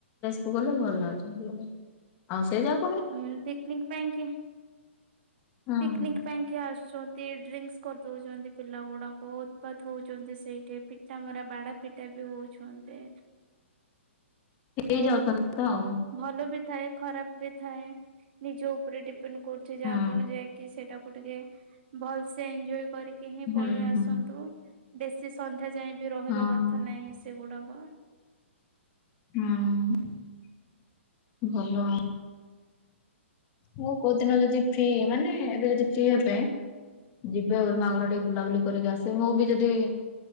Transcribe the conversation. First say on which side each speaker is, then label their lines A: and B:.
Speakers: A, on the left; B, on the right.
A: କ ଗଲେ ଭଲ ଲାଗୁ ଆଉ ସେ ଯାଉ
B: ହଁ ପିକନିକ ପାଇଁ କି
A: ହଁ।
B: ପିକନିକ ପାଇଁ କି ଆସୁଛ ଡ୍ରିଙ୍କସ୍ କରିଦଉଛନ୍ତି ପିଲା ଗୁଡା ଉତ୍ପାାତ ହଉଛନ୍ତି ସେଇଠି ପିଠା ମରା ବାଡା ପିଠା ବି ହଉଛି। ତ
A: ହେଇ ଯାଉଛନ୍ତି ତ ଆଉ।
B: ଭଲ ବି ଥାଏ ଖରାପ ବି ଥାଏ ନିଜ ଉପରେ ଡିପେ - କରୁଛି ଯେ
A: ହୁଁ
B: ଆପଣ ଯାଇକି ସେଇଟା ଟିକେ ଭଲସେ ଏଞ୍ଜୟ କରି କେହି
A: ହୁଁ
B: ପଳେଇ ଆସନ୍ତୁ
A: ହୁଁ।
B: ବେଶୀ ସନ୍ଧ୍ୟା ଯାଏ ବି ରହିବା
A: ହଁ
B: କଥା ନାହିଁ ସେଗୁଡାକ
A: ହଁ ଭଲ ମୁଁ କୋଉ ଦିନ ଯଦି ଫ୍ରି ମାନେ ଏବେ ଯଦି ଫ୍ରି ହେବେ ଯିବେ ମୋର ମାଆ ଘର ଟିକେ ବୁଲାବୁଲି କରିକି ଆସିବେ ମୁଁ ବି ଯଦି